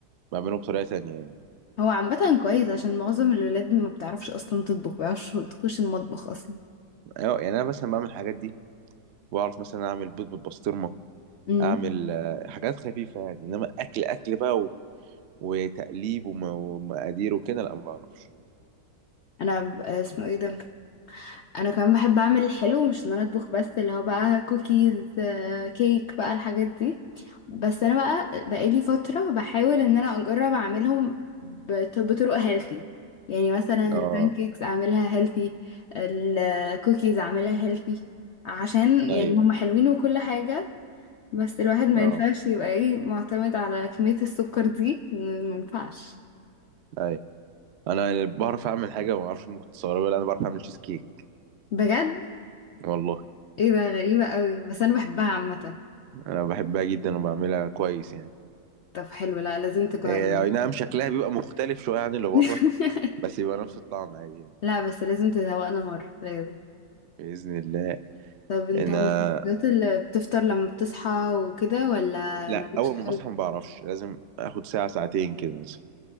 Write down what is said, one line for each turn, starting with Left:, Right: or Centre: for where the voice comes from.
Right: بعمله بطريقه تانية يعني
Left: هو عامة كويس عشان معظم الولاد ما بتعرفش اصلا تطبخ ما بيعرفش تخش المطبخ اصلا
Right: أيوة، يعني انا مثلا بعمل الحاجات دي بعرف مثلا اعمل بيض بالبسطرمه
Left: امم
Right: اعمل آه، حاجات خفيفه يعني انما اكل اكل بقى و... وتقليب وم... ومقادير وكده لا ما بعرفش
Left: انا ب- آه، اسمه ايه ده انا كمان بحب اعمل الحلو مش ان انا اطبخ بس اللي هو بقى كوكيز آه، كيك بقى الحاجات دي بس انا بقى بقالي فترة بحاول ان انا اجرب اعملهم بط- بطرق هيلثي يعني مثلا
Right: اه
Left: البانكيكس اعملها هيلثي الكوكيز اعملها هيلثي عشان
Right: ايوه
Left: يعني هما حلوين وكل حاجة بس الواحد ما
Right: اه
Left: ينفعش يبقى ايه معتمد على كمية السكر دي ما ينفعش
Right: ايوه انا بعرف اعمل حاجه ما اعرفش ممكن تستغربها لا انا بعرف اعمل تشيز كيك
Left: بجد
Right: والله
Left: ايه ده غريبة قوي بس انا بحبها عامة
Right: انا بحبها جدا وبعملها كويس يعني
Left: طب حلو لا لازم تجرب
Right: إيه،
Left: يعني
Right: اي نعم شكلها بيبقى مختلف شويه عن اللي بره
Left: <laughs>
Right: بس يبقى نفس الطعم عادي يعني
Left: لا بس لازم تذوقنا مرة لازم
Right: بإذن الله
Left: طب انت
Right: أنا
Left: مش من الشخصيات اللي بتفطر لما بتصحى وكده ولا
Right: لا
Left: مالكش
Right: أول
Left: تقول
Right: ما بصحى ما بعرفش لازم آخد ساعة ساعتين كده مثلا